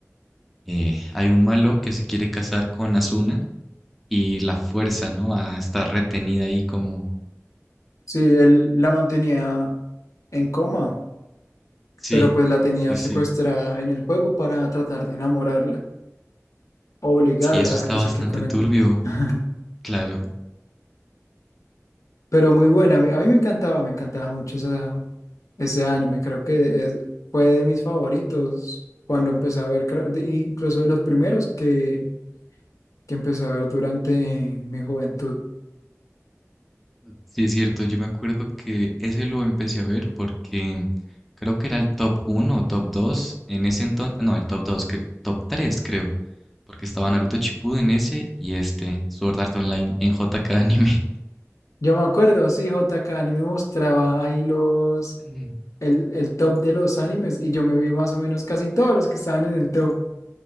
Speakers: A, in the centre; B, on the left.
A: eh, hay un malo que se quiere casar con Asuna y la fuerza, ¿no? A estar retenida ahí como...
B: Sí, él la mantenía en coma,
A: Sí,
B: pero pues la tenía
A: sí,
B: secuestrada
A: sí.
B: en el juego para tratar de enamorarla, obligarla
A: Sí, eso está
B: a que
A: bastante
B: se quede con
A: turbio,
B: él. <laughs>
A: claro.
B: Pero muy buena, a mí, a mí me encantaba, me encantaba mucho esa- ese anime, creo que es- fue de mis favoritos cuando empecé a ver, creo- de- incluso de los primeros que, que empecé a ver durante mi juventud.
A: Sí, es cierto, yo me acuerdo que ese lo empecé a ver porque creo que era el top uno o top 2 en ese entonces, no, el top 2, cre- top 3 creo, porque estaba Naruto Shippuden en ese y este, Sword Art Online en J K Anime.
B: Yo me acuerdo, sí, JK, y me mostraba ahí los
A: Mm.
B: el, el top de los animes y yo me vi más o menos casi todos los que estaban en el top.